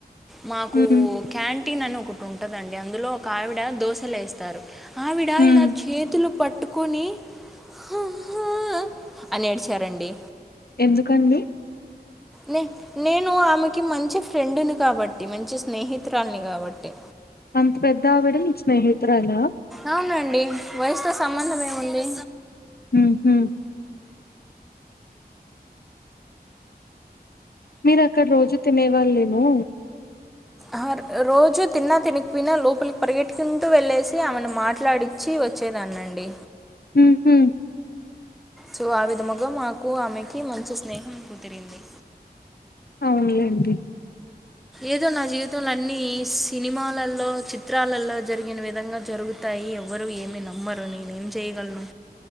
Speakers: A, in the centre; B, on the left.
A: మాకు
B: ఉమ్
A: క్యాంటీన్ అని ఒకటి ఉంటదండి. అందులో ఒక ఆవిడ దోశలు వేస్తారు. ఆవిడ
B: ఉమ్
A: ఇలా చేతులు పట్టుకొని హ హ అని ఏడిచి చేరండి.
B: ఎందుకండి
A: నే నేను ఆమెకి మంచి ఫ్రెండుని కాబట్టి మంచి స్నేహితురాలిని కాబట్టి
B: అంత పెద్ద ఆవిడ నీకు స్నేహితురాాల
A: అవునండి వయసుతో సంబంధం ఏముంది
B: ఉహు మీరు అక్కడ రోజు తినే వాళ్ళేమో
A: ఆ రోజు తిన్నా తినీ పోయినా లోపలికి పరిగెట్టుకుంటూ వెళ్ళేసి ఆమెను మాట్లాడించి వచ్చేదాన్నిండి
B: ఉహు
A: సో ఆ విధముగా మాకు ఆమెకి మంచి స్నేహం కుదిరింది
B: అవునులేండి
A: ఏదో నా జీవితంలో అన్నిీ సినిమాలలో చిత్రాలలో జరిగిన విధంగా జరుగు తాయి ఎవ్వరు ఏమి నమ్మరు నేనేం చేయగలను